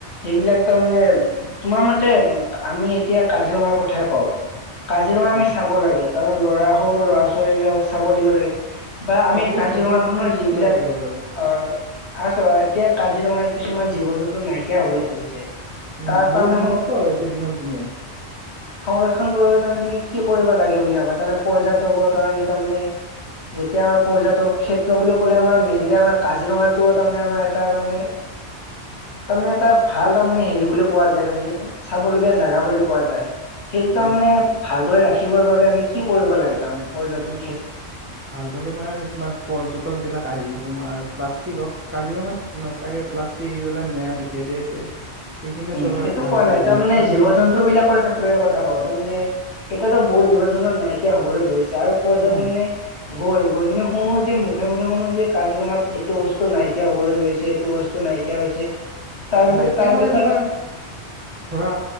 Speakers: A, on the left (about 75°); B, on the right (about 20°).
A: সেইবিলাক ত' মানে, তোমাৰ মতে আমি এতিয়া কাজিৰঙাৰ কথাই কওঁ, কাজিৰঙা আমি
B: উম
A: চাব লাগে তাৰমানে ল'ৰা, সৰু ল'ৰা-ছোৱালীবিলাক চাব দিব লাগে। বা আমি
B: অ বহুত
A: কাজিৰঙা
B: নজনা কথা
A: খনৰ
B: শিকিব
A: যিবিলাক,
B: পাৰি আৰু আৰু
A: আহ আৰু চাবা, এতিয়া কাজিৰঙাৰ কিছুমান জীৱ-জন্তু নাইকিয়া হবলৈ ধৰিছে।
B: উম,
A: তাক
B: বহুত
A: তাৰমানে
B: বিলুপ্ত হৈ আছে দিনক দিনে।
A: সংৰক্ষন কৰিবলৈ তাৰমানে তুমি কি কৰিব লাগে বুলি ভাবা? তাৰমানে, পৰ্যাটকৰ কাৰণে তাৰমানে, যেতিয়া আমাৰ পৰ্যাটক ক্ষেত্ৰ বুলি কলে আমাৰ মেইনলি আমাৰ কাজিৰঙাতটো তাৰমানে আমাৰ এটা তাৰমানে, তাৰমানে এটা ভাল তাৰমানে হেৰি বুলি কোৱা যায় তাৰমানে চাবলগীয়া জেগা বুলি কোৱা যায়। সেইটো তাৰ
B: উম
A: মানে,
B: উম
A: ভালদৰে ৰাখে ৰাখিবৰ বাবে আমি কি কৰিব লাগে তাৰমানে পৰ্যাট নে
B: ভালদলে মানে তোমাৰ, পৰ্যটক বিলাক আহি তোমাৰ, ফ্লাছত কি কক কাজিৰঙাত নচ চাগে প্লাষ্টিক, এইবিলাক নিয়া নিষেধে আছে। সেইখিনিও
A: উম,
B: চৰকাৰে
A: সেইটো
B: ভাল
A: কোৱা
B: এটা
A: নাই
B: গুৰুত্বপূৰ্ণ
A: তাৰমানে জীৱ-জন্তু বিলাকৰ ক্ষেত্ৰৰে কথা কওঁ। তাৰ মানে এতিয়াতো বহুত জীব-জন নাইকিয়া হবলৈ ধৰিছে। যাৰ পৰ্যাটনে,
B: উম
A: গৈ গৈ কিনে শুনো যে, মুখে-মুখে শুনো যে কাজিৰঙাত এইটো বস্তু নাইকিয়া হবলৈ ধৰিছে, এইটো বস্তু নাইকিয়া হৈছে। তাৰ বি,
B: নাইকিয়া
A: তাৰ
B: মানে
A: বিষয়
B: তোমাৰ ধৰা,